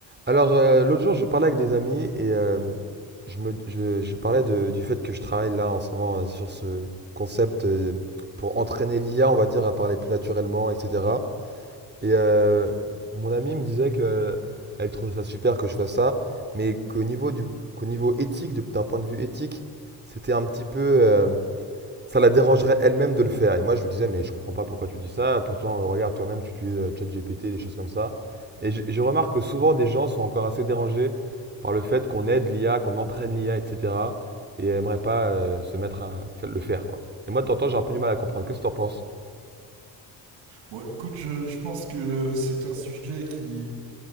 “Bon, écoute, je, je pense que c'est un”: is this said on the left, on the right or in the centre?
Right